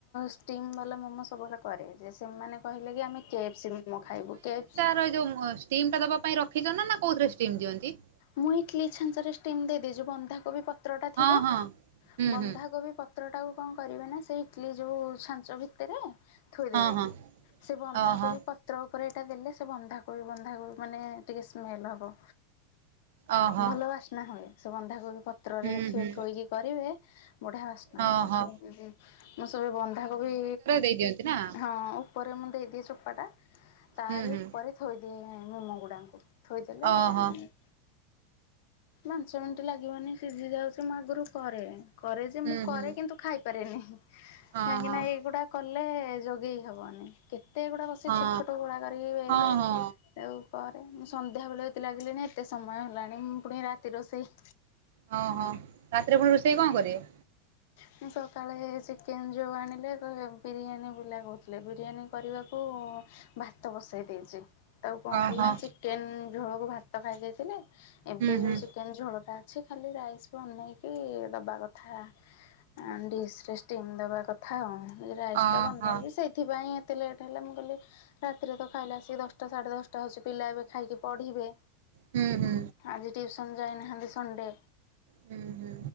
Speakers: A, on the left; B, on the right.
A: ଷ୍ଟିମ୍ ବାଲା ମୋମୋ ସବୁବେଳେ କରେ ଯେ ସେମାନେ କହିଲେ କି ଆମେ କେ ଏଫ୍ ସି ମୋମୋ ଖାଇବୁ କେ ଏଫ୍ ସ୍
B: ର ଏ ଯୋଉ ମୋସ୍ ଟିମ୍ ଟା ଦବା ପାଇଁ ରଖିଚ ନା ନାଁ କୋଉଥିରେ ଷ୍ଟିମ୍ ଦିଅନ୍ତି?
A: ମୁଁ ଇଟଲି ଛାଞ୍ଚରେ ଷ୍ଟିମ୍ ଦେଇଦେଇଚି ବନ୍ଧାକୋବି ପତ୍ରଟା ଥିବ
B: ହଁ ହଁ ହୁଁ
A: ବନ୍ଧାକୋବି
B: ହୁଁ
A: ପ ତ୍ରଟାକୁ କଁ କରିବେ ନା ସେଇ ଇଟଲି ଯୋଉ ଛାଞ୍ଚ ଭିତରେ ଥୋଇଦେବେ
B: ହଁ ହଁ
A: ସେ ବନ୍ଧାକୋବି
B: ଓହୋ
A: ପ ତ୍ର ଓପରେ ଏଟା ଦେଲେ ସେ ବନ୍ଧାକୋବି ବନ୍ଧାକୋବି ମାନେ ଟିକେ ସ୍ମେଲ୍ ହବ।
B: ଓହୋ
A: ଭଲ ବାସ୍ନା ହୁଏ ସେ ବନ୍ଧାକୋବି ପତ୍ରରେ
B: ହୁଁ
A: ଦେଖିବେ
B: ହୁଁ
A: ଥୋଇକି କରିବେ ବଢ଼ିଆ ଆସ୍ନା
B: ଓହୋ
A: ହବ ସବୁ ଏମିତି ମୁଁ ସବୁ ବନ୍ଧାକୋବି
B: ଏଇ ଦିଅନ୍ତି ନାଁ?
A: ହଁ ଉପରେ ମୁଁ ଦେଇଦିଏ ଚୋପାଟା। ତାରି
B: ହୁଁ ହୁଁ
A: ଉପରେ ଥୋଇଦିଏ ମୋମୋ ଗୁଡ଼ା ଥୋଇଦେଲେ
B: ଓହୋ
A: ପାଞ୍ଚ ମିନିଟ୍ ଲାଗିବନି ସିଝି ଯାଉଛି ମୁଁ ଆଗରୁ କରେ କରେ ଯେ
B: ହୁଁ
A: ମୁଁ କରେ
B: ହୁଁ
A: କିନ୍ତୁ ଖାଇପାରେନି କାହିଁକି
B: ଓହୋ
A: ନା ଏଇଗୁଡା କଲେ ଯୋଗେଇ ହବନି କେତେଗୁଡ଼ା ବସିି
B: ହଁ
A: ଛୋଟ ଛୋଟ ଗୁଳା କରିକି ବେଲେ
B: ହଁ ହଁ
A: ଆଉ କର ମୁଁ ସନ୍ଧ୍ୟାବେଳେ ଏତେ ଲାଗିଲିଣିି ଏତେ ସମୟ ହେଲାଣି ମୁଁ ପୁଣି ରାତି ରୋଷେଇ
B: ହଁ ହଁ ରାତିରେ ପୁଣି ରୋଷେଇ କଣ କରିବେ?
A: ମୁଁ ସକାଳେ ଚିକେନ ଯୋଉ ଆଣିଲେ କହିଲେ ବିରିୟାନୀ ବୁଲା କହୁଥିଲେ ବିରିୟାନୀ କରିବାକୁ ଭାତ ବସେଇ ଦେଇଛି। ତାକୁ କଣ
B: ଓହୋ
A: କଲଚିକେନ ଝୋଳକୁ ଭାତ ଖାଇ ଦେଇେଥିଲି। ଏବେ
B: ହୁଁ ହୁଁ
A: ଯୋଉ ଚିକେନ ଝୋଳ ଟା ଅଛି। ଖାଲି ରାଇସ୍ ବନେଇକି ଦବା କଥା। ଆ ଡିସରେ ଷ୍ଟିମ୍ ଦେବା କଥା ଆଉ ରାାଇସ୍
B: ଓହୋ
A: ଟା ବନେଇଛି ସେଇ ଥିପାଇଁ ଏତେ ଲେଟ୍ ହେଲା ମୁଁ କହୀଲି ରାତିରେ ତ ଖାଇଲା ଆସିକି ଦଶଟା ସାଢ଼େ ଦଶଟା ଟା ହୋଉଛି ପିଲା ଏବେ ଖାଇକି ପଢିବେ।
B: ହୁଁ ହୁଁ
A: ଆଜି ଟିଉସନ୍ ଯାଇନାହାଁନ୍ତି ସଣ୍ଡେ
B: ହୁଁ ହୁଁ